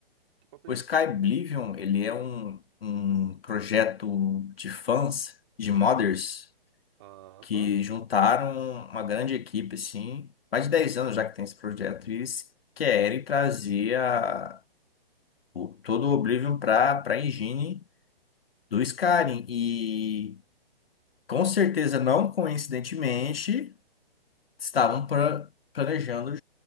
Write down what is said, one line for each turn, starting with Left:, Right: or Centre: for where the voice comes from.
Right: Que papo
Left: O
Right: é
Left: Sky
Right: esse?
Left: Oblivion, ele é um, um projeto de fãs, de modders,
Right: Ah,
Left: que
Right: pá.
Left: juntaram uma grande equipe, assim, mais de 10 anos já que tem esse projeto, e eles querem trazer a- o- todo o Oblivion para a engine do Skyrim. E Com certeza, não coincidentemente, estavam pra- planejando